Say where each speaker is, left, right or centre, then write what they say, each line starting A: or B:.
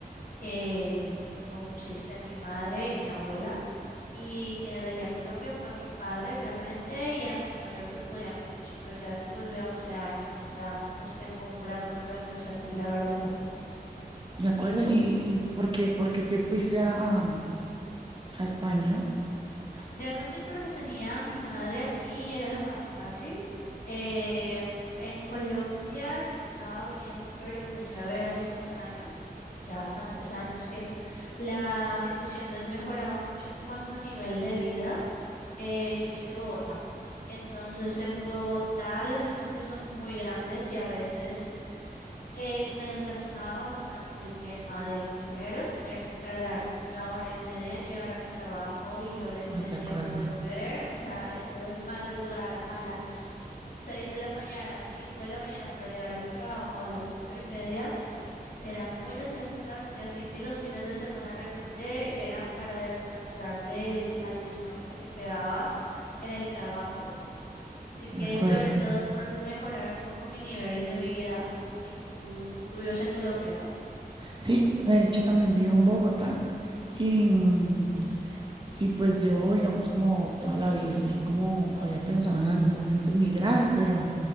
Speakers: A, on the left; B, on the right.
A: que consiste en mi madre y mi abuela y quienes dejé a Colombia fue mi padre realmente y a mi mayor grupo de amigos, pero ya después de 11 años ya pues tengo un gran grupo de amigos aquí, la verdad.
B: De acuerdo.
A: ¿Y tú?
B: ¿Y, y, y por qué, por qué te fuiste a, a- a España?
A: Realmente porque tenía a mi madre aquí y era lo más fácil. Em, en Colombia estaba bien, pero empecé a ver hace unos años, ya bastantes años, que la situación desmejoraba mucho en cuanto a nivel de vida. Eh, yo soy de Bogotá. Entonces, en Bogotá las distancias son muy grandes y a veces eh, me desgastaba bastante el tema de primero tener que tardar una hora y media en llegar a mi trabajo y hora y media
B: Ay, de acuerdo.
A: en volver. O sea, esto de madrugar
B: Pues,
A: a las 6 de la mañana, 5 de la mañana para llegar a tu trabajo a las nueve y media. Era muy desgastante, así que los fines de semana realmente eran para descansar del palizón que te pegabas en el trabajo. Así que
B: De acuerdo.
A: sobre todo por mejorar un poco mi nivel de vida. Y tú, tú vives en Colombia, ¿no?
B: Sí, de hecho también vivo en Bogotá y, mm, y pues llevo, digamos, como toda la vida, así como había pensado en algún momento emigrar, pero